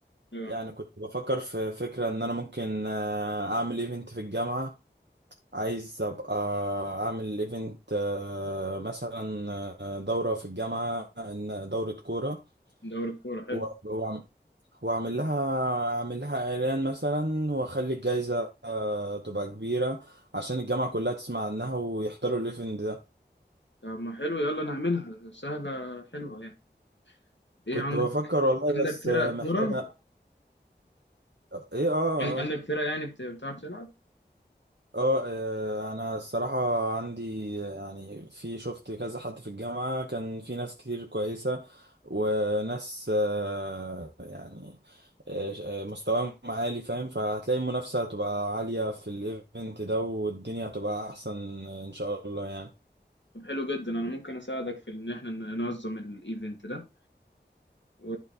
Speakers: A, on the left; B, on the right.
A: اه
B: يعني كنت بفكر في فكرة ان انا ممكن آه، اعمل ايفنت في الجامعة عايز ابقى اعمل ايفنت آه، مثلا آه، دورة في الجامعة إن- دورة كورة
A: دوري الكوره حلو
B: و- وأعم- واعمل لها اعمل لها اعلان مثلا واخلي الجايزة آه، تبقى كبيرة عشان الجامعة كلها تسمع عنها ويحضروا الايفنت ده
A: طب ما حلو يلا نعملها سهله حلوه يعني ايه
B: كنت
A: عندك
B: بفكر والله
A: عندك
B: بس
A: فرق
B: آه، محتاجة
A: كوره؟
B: آه، ايه اه آه،
A: عن- عندك
B: آه.
A: فرق يعني بت- بتعرف تلعب؟
B: اه آه، انا الصراحة عندي يعني في شفت كذا حد في الجامعة كان في ناس كتير كويسة وناس آه، يعني آه، آه، مستواهم عالي فاهم فهتلاقي المنافسة هتبقى عالية في الايفنت ده والدنيا هتبقى احسن ان شاء الله يعني
A: طب حلو جدا انا ممكن اساعدك في ان احنا ننظم الايفنت ده و...